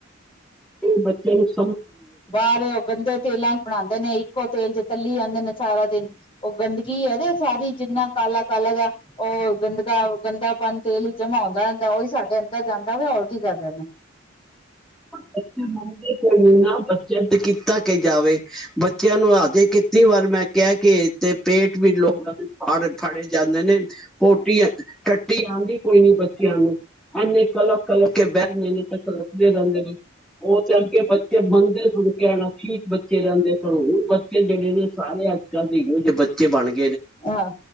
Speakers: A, in the centre; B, on the left (about 30°).
A: ਕੀ ਬੱਚਿਆਂ ਨੂੰ ਸ
B: ਬਾਰ ਔ ਗੰਦੇ ਤੇਲਾਂ ਚ ਬਣਾਦੇ ਨੇ, ਇੱਕੋ ਤੇਲ ਜਿ਼ ਤੱਲੀ ਜਾਂਦੇ ਨੇ ਸਾਰਾ ਦਿਨ ਔ ਗੰਦਗੀ ਹੋਜੇ ਸਾਰੀ ਜਿੰਨਾ ਕਾਲਾ -ਕਾਲਾ ਜਾ ਔ ਗੰਦਗਾ ਗੰਦਾਪਨ ਤੇਲ ਈਚ ਜਮਾ ਹੂੰਦਾ ਰੈੰਦਾ, ਓਈ ਸਾਡੇ ਅੰਦਰ ਜਾਂਦਾ ਵੇ ਹੋਰ ਕੀ ਕਰ ਰੇ ਨੇ।
A: ਬੱਚੇ ਮੰਨਦੇ ਕੋਈ ਨੀ ਨਾ, ਬੱਚਿਆਂ ਤੇ ਕੀਤਾ ਕੇ ਜਾਵੇ, ਬੱਚਿਆਂ ਨੂੰ ਹਜੇ ਕਿੱਤੀ ਵਾਰ ਮੈਂ ਕਿਐ ਕੇ ਤੇ ਪੇਟ ਵੀ ਲੋਕਾਂ ਹੜ ਫੜੇ ਜਾਂਦੇ ਨੇ ਪੋਟੀਅਂ ਟੱਟੀ ਆਂਦੀ ਕੋਈ ਨੀ ਬੱਚੀਆ ਨੂੰ, ਅਨੇ ਕਲਪ ਕਲਪ ਕੇ ਬੈ ਣੇ ਨਈ ਤਾ ਰੋਕਦੇ ਰੈਂਦੇ ਨੇ। ਔ ਤੇ ਅਗੇ ਬੱਚੇ <inaudible> ਬੰਦੇ ਸੁਣਕੇ ਆਣਾ ਠੀਕ ਬੱਚੇ ਰੈੰਦੇ ਸਨ, ਹੁਣ ਬੱਚੇ ਜੇੜੇ ਨੇ ਸਾਰੇ ਅੱਜ -ਕੱਲ੍ਹ ਦੇ ਇਹੋ ਜੇ ਬੱਚੇ ਬਣ ਗ
B: ਅਹਾਂ,